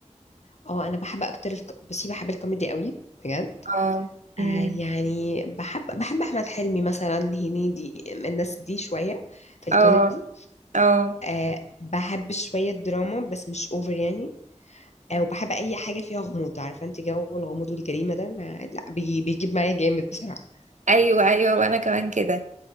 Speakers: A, on the left; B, on the right.
A: اه انا بحب اكتر الك... بصي بحب الكوميدي قوي بجد
B: اه امم
A: آه يعني بحب بحب احمد حلمي مثلا هنيدي الناس دي شويه في الكوميدي
B: اه اه
A: آه بحب شويه دراما بس مش اوفر يعني
B: مم.
A: آه وبحب اي حاجه فيها غموض عارفه انت جو الغموض والجريمه ده ما... لا بي... بيجيب معايا جامد بصراحه
B: ايوه ايوه وانا كمان كده